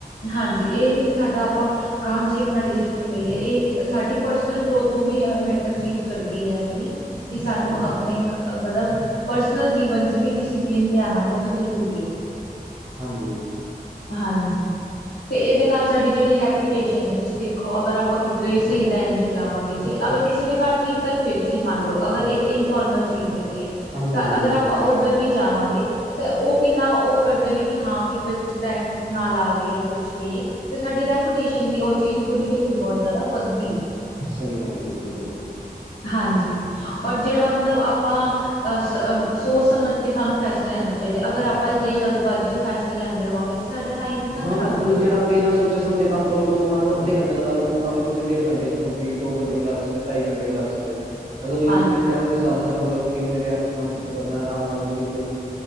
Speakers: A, on the left; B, on the right.
A: ਹਾਂਜੀ, ਇਹ ਨਹੀਂ ਸਾਡਾ ਆਪਾਂ ਕੰਮ 'ਚ ਹੀ ਆਪਣਾ ਡਿਸਪਲਿਨ ਰਹੀਏ ਇਹ ਨਹੀਂ। ਸਾਡੀ ਪਰਸਨਲ ਗਰੋਥ ਨੂੰ ਵੀ ਮੈਟਰ ਚੀਜ਼ ਕਰਦੀ ਹੈ, ਐ ਵਾਲੀ ਕਿ ਸਾਨੂੰ
B: ਹਾਂਜੀ।
A: ਆਪਣੇ ਮਤਲਬ ਪਰਸਨਲ ਜੀਵਨ ਚ ਵੀ ਡਿਸਿਪਲਿਨ ਲਿਆਉਣਾ ਬਹੁਤ ਜਰੂਰੀ।
B: ਹਾਂਜੀ,
A: ਹਾਂਜੀ, ਤੇ ਇਹਦੇ ਨਾਲ ਸਾਡੀ ਜਿਹੜੀ ਰੈਪੂਟੇਸ਼ਨ ਹੈ, ਤੁਸੀਂ ਦੇਖੋ ਅਗਰ ਆਪਾਂ ਕਿੱਧਰੇ ਸਹੀ ਟਾਈਮ। ਜਾਵਾਂਗੇ ਜੇ ਅਗਰ ਕਿਸੇ ਦੇ ਘਰ ਕੀਰਤਨ ਵੀ ਹੈ, ਤੁਸੀਂ ਮੰਨ ਲਓ ਅਗਰ ਇੱਕ ਇਨਫੋਰਮਲ ਚੀਜ਼ ਹੈਗੀ।
B: ਹਾਂਜੀ-ਹਾਂਜੀ
A: ਤਾਂ
B: ਬਿਲਕੁਲ
A: ਅਗਰ ਆਪਾਂ ਉੱਧਰ ਵੀ ਜਾਵਾਂਗੇ, ਤਾਂ ਉਹ ਕਿੰਨਾ ਉਹ ਕਰਦੇ ਨੇ ਕਿ ਹਾਂ ਕਿ ਬਈ ਤੁਸੀਂ ਟਾਈਮ ਨਾਲ ਆ ਗਏ, ਜਾਂ ਕੁਛ ਵੀਏ ਤੇ ਸਾਡੀ ਰੈਪੂਟੇਸ਼ਨ ਵੀ ਉਹ ਚੀਜ਼ ਗੁਡਵਿਲ ਵੀ ਬਹੁਤ ਜ਼ਿਆਦਾ ਵੱਧਦੀ ਹੈ।
B: ਸਹੀ ਗੱਲ ਹੈ ਜੀ ਬਿਲਕੁਲ
A: ਹਾਂਜੀ, ਔਰ ਜਿਹੜਾ ਮਤਲਬ ਆਪਾਂ ਅ ਸੋਚ ਸਮਝ ਕਿ ਸਾਨੂੰ ਫੈਸਲੇ ਲੈਣੇ ਚਾਹੀਦੇ ਅਗਰਾਂ ਇਦਾਂ ਹੀ ਜਲਦਬਜੀ 'ਚ ਫੈਸਲੇ ਲੈਂਦੇ ਰਹਾਂਗੇ ਤਾਂ ਸਾਡਾ ਟਾਈਮ ਕਿੰਨਾ
B: ਹਾਂ
A: ਖ਼ਰਾਬ
B: ਮਤਲਬ
A: ਹੋਏਗਾ
B: ਜਿਹੜਾ ਬਿਨਾਂ ਸੋਚ ਸਮਝੇ ਕੰਮ ਕਰੋ, ਉਹਨੂੰ ਮੰਨ ਲਓ ਅੱਧੇੰ ਘੰਟੇ ਦਾ ਕੰਮ ਉਹਨੂੰ ਤਾਂ ਵੀ ਤੁਸੀਂ ਡੇਢ ਘੰਟੇ ਚ ਕੰਪਲੀਟੋੰਟੇ ਵੀ ਲਗ ਸਕਦੇ ਢਾਈ ਘੰਟ ਵੀ ਲੱਗਦੇ ਨੇ। ਅਗਰ ਉਹੀਓ
A: ਹਾਂਜੀ
B: ਤੁਸੀਂ ਟੈਮ ਦੇ ਹਿਸਾਬ
A: ਹਾਂਜੀ
B: ਨਾਲ ਕੰਮ ਕਰੋਗੇ, ਕਿੰਨੇ ਟੈਮ ਕੰਮ ਖਤਮ ਕਰਨਾ ਆਰਾਮ ਨਾਲ ਬਿਲਕੁਲ